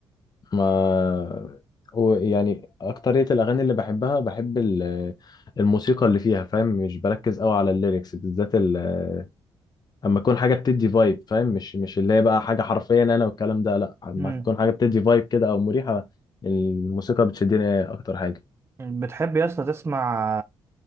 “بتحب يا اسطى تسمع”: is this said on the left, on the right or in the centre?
Right